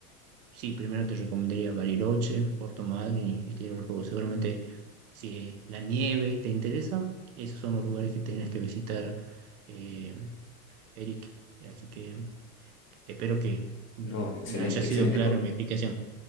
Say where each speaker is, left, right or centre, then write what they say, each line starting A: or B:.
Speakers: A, on the right (about 70°); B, on the left (about 25°).
A: sí, primero te recomendaría Bariloche, Puerto Madryn y, y Tierra del Fuego. Seguramente si la nieve te interesa, esos son los lugares que tienes que visitar, eh, Eric. Así que espero que mm,
B: No, excelente,
A: me haya sido
B: excelente.
A: claro mi explicación.